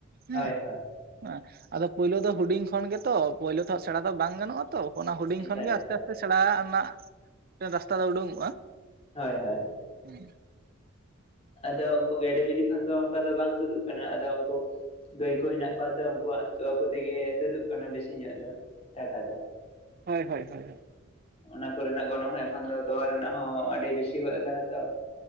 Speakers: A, on the right; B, on the left.
A: ᱦᱮᱸ
B: ᱦᱳᱭ
A: ᱾
B: ᱦᱳᱭ
A: ᱦᱮᱸ, ᱟᱫᱚ ᱯᱩᱭᱞᱳ ᱫᱚ ᱦᱩᱰᱤᱧ ᱠᱷᱚᱱ ᱜᱮᱛᱚ ᱯᱳᱭᱞᱳ ᱛᱚ ᱦᱟᱜ ᱥᱮᱬᱟ ᱫᱚ ᱵᱟᱝ ᱜᱟᱱᱚᱜᱼᱟ ᱛᱚ ᱚᱱᱟ ᱦᱩᱰᱤᱧ
B: ᱮᱠᱟᱞ
A: ᱠᱷᱚᱱ ᱜᱮ
B: ᱮᱠᱟᱞ
A: ᱟᱥᱛᱮ ᱟᱥᱛᱮ ᱥᱮᱬᱟ ᱨᱮᱱᱟᱜ ᱢᱤᱫᱴᱟᱝ ᱨᱟᱥᱛᱟ ᱫᱚ ᱩᱰᱩᱝᱚᱜᱼᱟ ᱾
B: ᱦᱳᱭ ᱦᱳᱭ
A: ᱦᱮᱸ ᱾
B: ᱟᱫᱚ ᱩᱝᱠᱩ ᱜᱮᱰᱮ ᱵᱤᱞᱤ ᱠᱷᱚᱱ ᱫᱚ ᱚᱝᱠᱟ ᱫᱚ ᱵᱟᱝ ᱛᱩᱫᱩᱜ ᱠᱟᱱᱟ ᱟᱫᱚ ᱳᱝᱠᱳ ᱜᱟᱹᱭ ᱠᱚ ᱦᱮᱱᱟᱜ ᱠᱚᱣᱟ ᱛᱚ ᱩᱝᱠᱩᱣᱟᱜ ᱛᱚᱣᱟ ᱠᱚ ᱛᱮᱜᱮ ᱛᱩᱫᱩᱜ ᱠᱟᱱᱟ ᱵᱮᱥᱤ ᱧᱚᱜ ᱫᱚ ᱾ ᱴᱟᱠᱟ ᱫᱚ ᱾
A: ᱦᱳᱭ, ᱦᱳᱭ, ᱦᱳᱭ ᱾
B: ᱚᱱᱟ ᱠᱚᱨᱮᱱᱟᱜ ᱜᱚᱱᱚᱝ ᱦᱚᱸ ᱮᱠᱷᱚᱱ ᱫᱚ ᱛᱚᱣᱟ ᱨᱮᱱᱟᱜ ᱦᱚᱸ ᱟᱹᱰᱤ ᱵᱮᱥᱤ ᱜᱚᱫ ᱟᱠᱟᱱᱟ ᱛᱚ ᱾